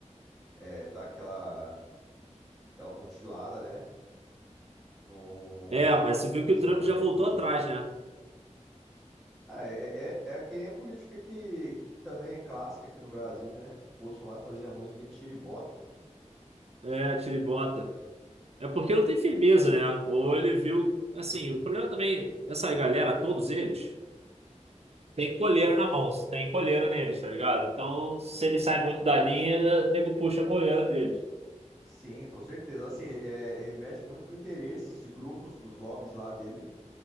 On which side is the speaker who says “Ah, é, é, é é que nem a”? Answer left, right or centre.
Centre